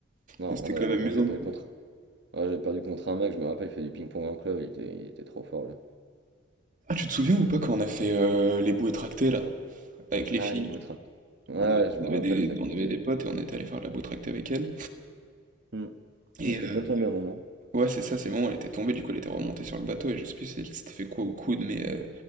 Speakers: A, on the right; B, on the right.
A: Non,
B: mais c'était
A: on
B: quand
A: avait,
B: même
A: moi
B: amusant,
A: j'avais perdu
B: quoi.
A: contre. Ouais, j'avais perdu contre un mec, je me rappelle, il fait du ping-pong en club, il était, il était trop fort, lui.
B: Ah, tu te souviens
A: Je sais pas,
B: ou
A: il
B: pas
A: était-
B: quand on a fait euh, les bouées tractées, là, avec les
A: Ah,
B: filles?
A: les beaux trappes. Ouais,
B: On avait,
A: je
B: on
A: me
B: avait
A: rappelle,
B: des,
A: ça quittait.
B: on avait des potes et on était allé faire la bouée tractée avec elles.
A: Hmm.
B: Et
A: On était
B: euh,
A: bien tombé à un moment.
B: ouais, c'est ça, c'est bon, elle était tombée, du coup, elle était remontée sur le bateau et je sais plus si elle s'était fait quoi au coude, mais euh,